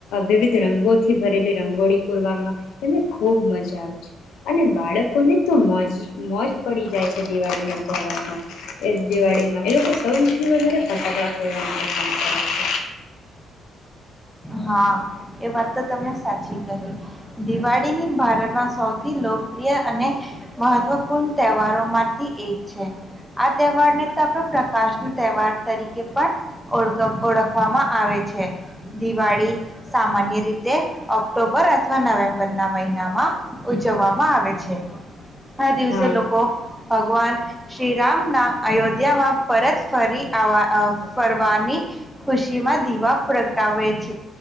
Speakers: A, on the left; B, in the centre.
A: વિવિધ રંગોથી ભરેલી રંગોળી પૂરવામાં એને ખૂબ મજા આવે છે અને બાળકોને તો મોજ મોજ પડી જાય છે દિવાળીને કહેવામાં એ દિવાળીમાં એ લોકો સૌથી વધારે ફટાકડા ફોરવાવામાં પસંદ કરે છે.
B: હા એ વાત તો તમે સાચી કહી દિવાળીની ભારતમાં સૌથી લોકપ્રિય અને મહત્વપૂર્ણ તહેવારોમાંથી એક છે આ તહેવારને તો આપણે પ્રકાશ ન તહેવાર તરીકે પણ ઓળ ઓળખવામાં આવે છે. દિવાળી સામાન્ય રીતે ઓક્ટોબર અથવા નવેમ્બર ના મહિના માં ઉજવવામાં આવે છે આ દિવસે
A: હા
B: લોકો ભગવાન શ્રીરામ ના અયોધ્યામાં પરત ફરી ફરવાની ખુશી માં દીવા પ્રગટાવે છે.